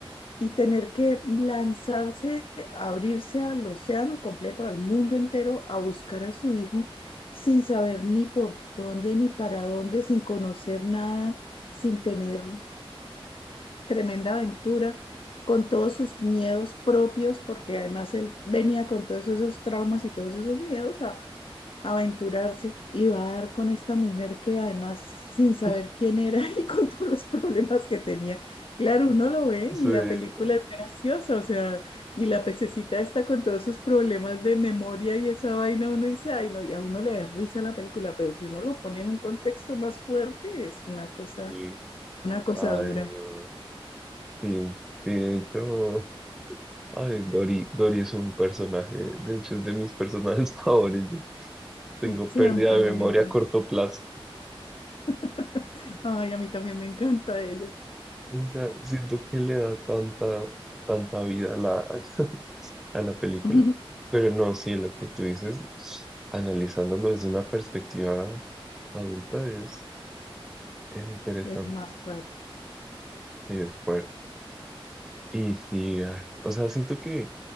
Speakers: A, on the left; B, in the centre.
A: y tener que lanzarse, abrirse al océano completo, al mundo entero, a buscar a su hijo sin saber ni por dónde ni para dónde, sin conocer nada, sin tener tremenda aventura con todos sus miedos propios, porque además él venía con todos esos traumas y todos esos miedos a, a aventurarse y va a dar con esta mujer que además sin
B: <laughs>
A: saber quién era <laughs> y con todos los problemas que tenía. Claro, uno lo ve
B: Sí,
A: y la película es graciosa, o sea, y la pececita está con todos sus problemas de memoria y esa vaina, uno dice, ay no, y a uno le da risa la película, pero si uno lo pone en un contexto más fuerte, es una cosa,
B: sí.
A: es una cosa
B: Ay,
A: dura.
B: no. Sí, sí, de hecho, ay, Dory, Dory es un personaje, de hecho es de mis personajes <laughs> favoritos. Tengo
A: Sí,
B: pérdida
A: a mí también
B: de memoria
A: me encanta.
B: a corto plazo.
A: <laughs> Ay, a mí también me encanta ella.
B: O sea, siento que le da tanta, tanta vida a la, <laughs> a la película.
A: <laughs>
B: Pero no, sí, lo que tú dices, analizándolo desde una perspectiva adulta es, es interesante
A: Es más fuerte.
B: y es fuerte. Y sí, ay, o sea, siento que